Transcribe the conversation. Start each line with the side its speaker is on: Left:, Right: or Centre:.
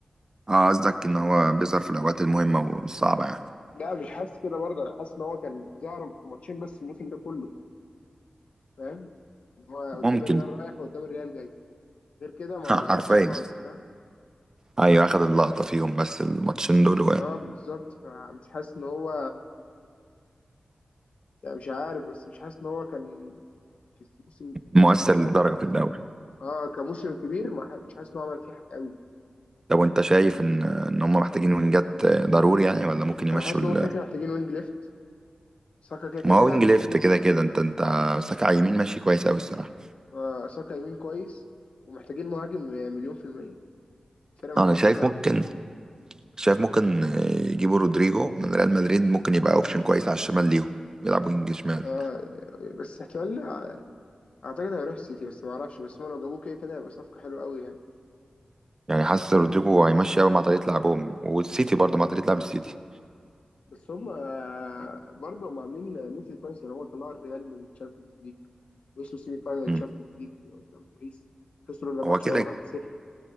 Right: اه قصدك ان هو بيظهر في الاوقات المهمه والصعبه يعني
Left: لا مش حاسس كده برضه انا حاسس ان هو كان ظهر في ماتشين بس الموسم ده كله فاهم ان هو
Right: ممكن
Left: قدام الريال رايح وقدام الريال جاي غير كده ما
Right: <laughs>
Left: ظهرش
Right: حرفيا
Left: خالص فاهم
Right: ايوه اخد اللقطه فيهم بس الماتشين دول
Left: اه بالظبط فمش حاسس ان هو يعني مش عارف بس مش حاسس ان هو كان في الموسم
Right: مؤثر
Left: ك-
Right: للدرجة في الدوري
Left: اه كموسم كبير ما ح- مش حاسس ان هو عمل فيه حاجه قوي
Right: طب وانت شايف ان ان هم محتاجين وينجات ضروري يعني ولا ممكن يمشوا
Left: انا حاسس
Right: ال...
Left: ان هم كده كده محتاجين وينج ليفت ساكا كده كده
Right: ما هو
Left: بيلعب
Right: وينج
Left: يمين
Right: ليفت كده كده انت انت ساكا على اليمين ماشي كويس قوي الصراحة
Left: آه، ساكا يمين كويس ومحتاجين مهاجم مليون في المية الفرقة ما
Right: انا
Left: فيهاش
Right: شايف
Left: مهاجم
Right: ممكن
Left: يعني
Right: شايف ممكن يجيبوا رودريجو من ريال مدريد ممكن يبقى اوبشن كويس على الشمال ليهم يلعب وينج شمال
Left: آه، بس احتمال اعتقد هيروح السيتي بس ما اعرفش بس هم لو جابوه كده كده هيبقى صفقة حلوة قوي يعني
Right: يعني حاسس رودريجو هيمشي قوي مع طريقة لعبهم والسيتي برضه
Left: مم.
Right: مع طريقة لعب السيتي
Left: بس هم آه، برضه هم عاملين موسم كويس لان هو طلعوا الريال من الشامبيونز ليج وصلوا سيمي فاينال
Right: مم.
Left: الشامبيونز ليج قدام باريس خسروا الماتش
Right: هو كده
Left: ده واحد صفر